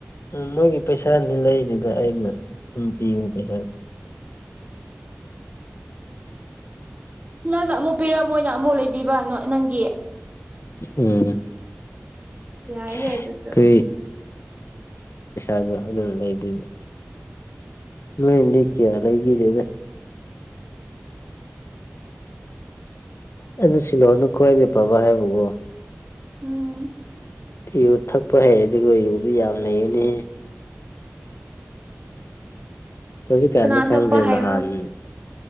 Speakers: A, on the left (about 70°); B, on the right (about 35°).
A: ꯎꯝ ꯃꯣꯏꯒꯤ ꯄꯩꯁꯥꯅꯤ ꯂꯩꯗꯨꯗ ꯑꯩꯅ ꯑꯗꯨꯝ ꯄꯤꯌꯨ ꯄꯩꯁꯥꯗꯨ
B: <unintelligible> ꯅꯪꯅ ꯑꯃꯨꯛ ꯄꯤꯔꯛꯑ ꯃꯣꯏꯅ ꯑꯃꯨꯛ ꯂꯩꯕꯤꯕ ꯅꯪꯒꯤ
A: ꯎꯝ
B: ꯌꯥꯏꯍꯦ
A: <unintelligible>
B: ꯑꯗꯨꯁꯨ
A: ꯗꯣ ꯑꯗꯨꯝ ꯂꯩꯕꯤꯌ ꯅꯣꯏꯗꯤ ꯀꯌꯥ ꯂꯩꯕꯤꯔꯦꯗ ꯑꯩꯅ ꯁꯤꯜꯅꯣꯅ ꯈꯣꯏꯋꯥꯏꯗꯤ ꯄꯥꯕꯥ ꯍꯥꯏꯕꯨꯡꯉꯣ
B: ꯎꯝ
A: ꯌꯨ ꯊꯛꯄ ꯍꯩꯔꯗꯤ ꯌꯨꯗꯤ ꯌꯥꯝ ꯂꯩꯔꯅꯤ ꯍꯧꯖꯤꯛ ꯀꯥꯟꯅꯤ
B: ꯀꯅꯥ
A: ꯈꯪꯗ꯭ꯔꯦ
B: ꯊꯛꯄ ꯍꯩꯕ꯭ꯔꯣ
A: ꯅꯍꯥꯟ